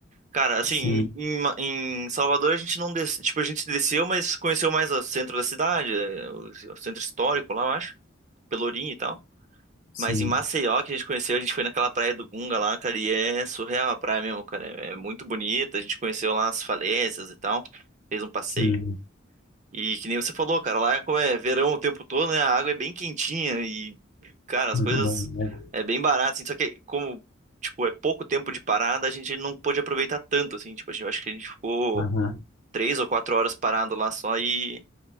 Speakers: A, on the right; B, on the left.
A: Cara, assim,
B: Sim,
A: em, em- em Salvador a gente não des... tipo, a gente desceu, mas conheceu mais o centro da cidade, eh, o, o centro histórico lá, eu acho, Pelourinho e tal.
B: sim,
A: Mas em Maceió, que a gente conheceu, a gente foi naquela praia do Gunga lá, cara, e é surreal a praia mesmo, cara. É, é muito bonita, a gente conheceu lá as falésias e tal, fez um passeio.
B: sim.
A: E que nem você falou, cara, lá é como é é verão o tempo todo, né? A água é bem quentinha e, cara, as
B: Muito
A: coisas
B: bom, né?
A: é bem barato, assim, só que como, tipo, é pouco tempo de parada, a gente não pôde aproveitar tanto, assim, tipo, a gente, eu acho que a gente ficou
B: Aham.
A: três ou quatro horas parado lá só e,